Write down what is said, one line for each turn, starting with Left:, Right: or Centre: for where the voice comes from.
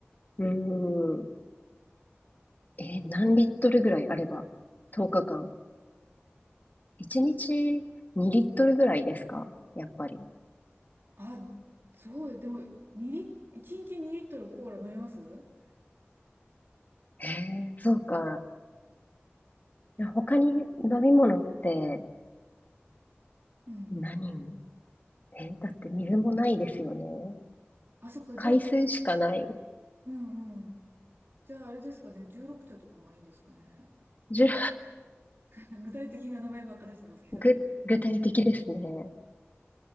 Left: うーん。えー何リットルぐらいあれば ?10 日間。1日2リットルぐらいですかやっぱり。
Right: あ、そう、でも、2リ、1日2リットルコーラ飲みます
Left: へえ、そうか。他に飲み物って
Right: うん。
Left: 何にえだって水もないですよね。
Right: あ、そっか、
Left: 海水しかない。
Right: じゃあ、うんうん。じゃあ、あれですかね、16茶とかのがいいんですかね。
Left: じゅ、
Right: <laughs> 具体的な名前ばっか出してますけど。
Left: ぐ、具体的ですね。